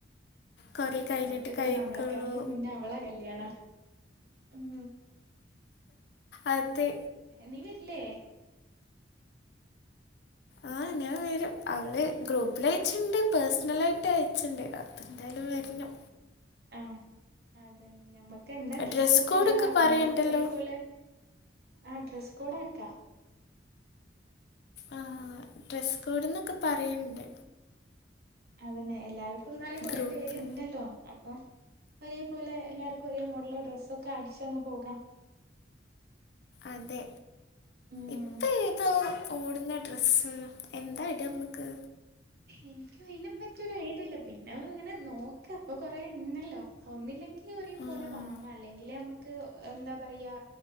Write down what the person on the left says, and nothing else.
കുറേ കഴിഞ്ഞിട്ട്
കഴിക്കുള്ളൂ
അതെ
ആഹ് ഞാൻ വരും അവള് ഗ്രൂപ്പിലയച്ചിണ്ട് പേഴ്സണലായിട്ട് അയച്ചിണ്ട് എന്തായാലും വെര്നം
ഡ്രസ് കോഡൊക്കെ
പറയണ്ടല്ലോ
ആഹ് ഡ്രസ്സ് കോഡ്ന്നൊക്കെ പറയിണ്ട്
ഗ്രൂപ്പിൽ
അതെ
ഇപ്പേതോ ഓടുന്ന ഡ്രസ്സ് എന്തായിടമ്മക്ക്
ഉം,